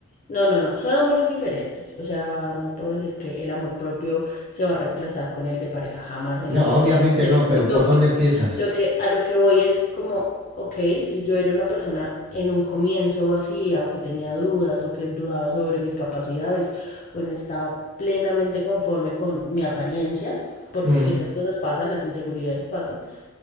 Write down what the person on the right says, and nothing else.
No,
obviamente
no,
pero
¿por dónde empiezas?
Mm,